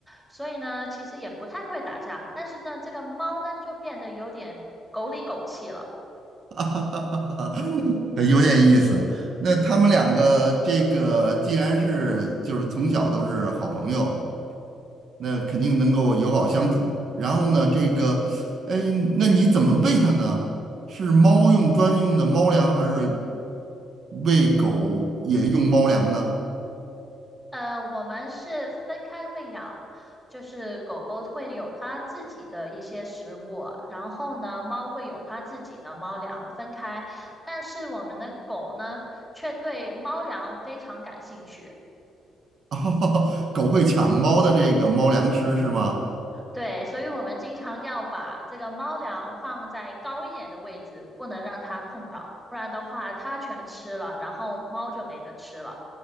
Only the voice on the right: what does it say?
<laughs> 有点意思。那他们两个这个既然是就是从小都是好朋友。那肯定能够友好相处。然后呢，这个，哎，那你怎么喂它呢？是猫用专用的猫粮，还是喂狗也用猫粮呢？
<laughs> 狗会抢猫的这个猫粮吃是吗？